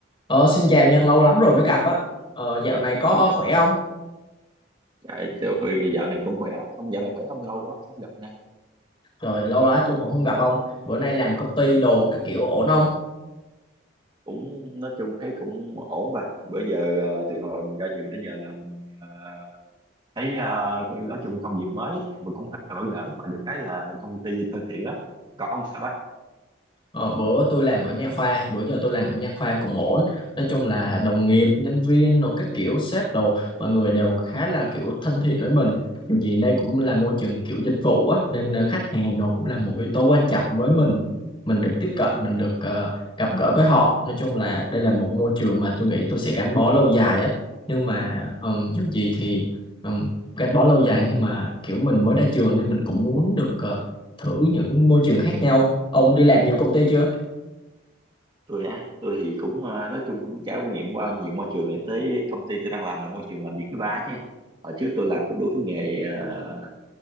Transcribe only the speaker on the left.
Ờ, xin chào Nhân, lâu lắm rồi mới gặp á. Ờ, dạo này có khỏe không?
Trời, lâu lắm tôi cũng không gặp ông. Bữa nay làm công ty đồ các kiểu ổn không?
Ờ, bữa tôi làm ở nha khoa bữa giờ tôi làm ở nha khoa cũng ổn nói chung là đồng nghiệp nhân viên rồi các kiểu sếp đồ mọi người đều khá là kiểu thân thiện với mình dù gì đây cũng là môi trường kiểu dịch vụ á nên ờ, khách hàng đồ cũng là một yếu tố quan trọng với mình mình được tiếp cận mình được ờ, gặp gỡ với họ nói chung là đây là một môi trường mà tôi nghĩ tôi sẽ gắn bó lâu dài á nhưng mà ừm, dù gì thì ừm, gắn bó lâu dài nhưng mà kiểu mình mới ra trường nên mình cũng muốn được ờ, thử những môi trường khác nhau ông
đi làm nhiều công ty chưa